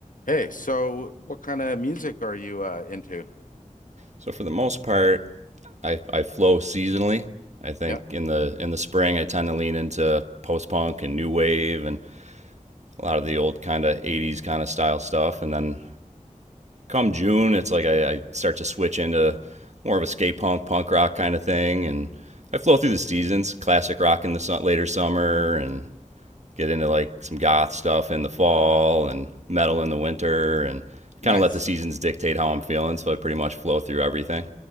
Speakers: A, on the left (about 80°); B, on the right (about 60°).
A: Hey, so what kind of music are you uh into?
B: So for the most part, I, I flow seasonally. I think
A: Yeah,
B: in the in the spring I tend to lean into post punk and new wave and a lot of the old kind of 80s kind of style stuff and then come June it's like I, I start to switch into more of a skate punk punk rock kind of thing and I flow through the seasons classic rock in the su- later summer and get into like some goth stuff in the fall and metal in the winter and
A: nice.
B: kind of let the seasons dictate how I'm feeling so I pretty much flow through everything